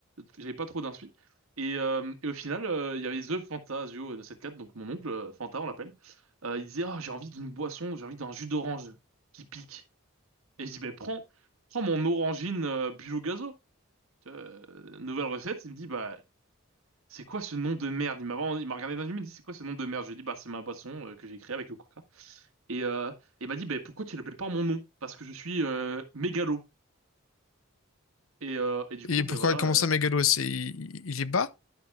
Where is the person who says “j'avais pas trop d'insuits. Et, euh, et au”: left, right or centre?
Right